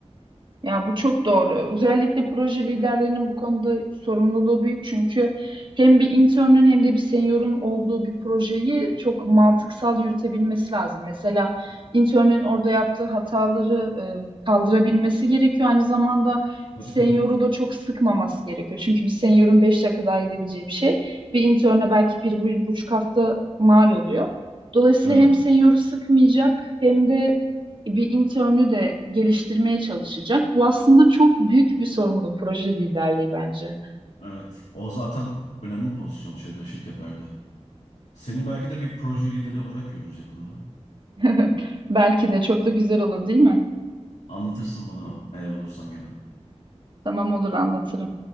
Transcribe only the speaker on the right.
Ya bu çok doğru. Özellikle proje liderlerinin bu konuda sorumluluğu büyük çünkü hem bir internün hem de bir seniorun olduğu bir projeyi çok mantıksal yürütebilmesi lazım. Mesela internün orada yaptığı hataları e, kaldırabilmesi gerekiyor. Aynı zamanda
senioru
da çok sıkmaması gerekiyor. Çünkü bir seniorun 5 dakikada halledebileceği bir şey bir interne belki bir, bir buçuk hafta mal oluyor. Dolayısıyla
hem senioru sıkmayacak hem de bir internü de geliştirmeye çalışacak. Bu aslında çok büyük bir sorumluluk proje liderliği bence.
<laughs> Belki de çok da güzel olur değil mi?
Tamam olur anlatırım.